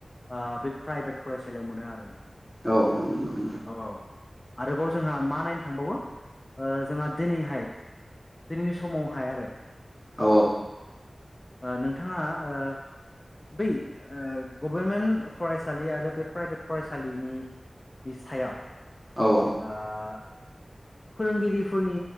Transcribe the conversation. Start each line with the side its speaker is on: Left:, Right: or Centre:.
Left: ओ बे प्राइभेट फरायसालियाव मोनो आरो नोंथां।
Centre: औ औ नोंगौ
Left: औ औ आरोबाव जोंहा मा नायनो थांबावो ओ जोंहा दिनैहाय दिनैनि समावहाया आरो।
Centre: औ
Left: ओ नोंथाङा ओ बै ओ गभर्मेन्ट फरायसालि आरो बे प्राइभेट फरायसालिनि इ सायाव
Centre: औ
Left: ओ फोरोंगिरिफोरनि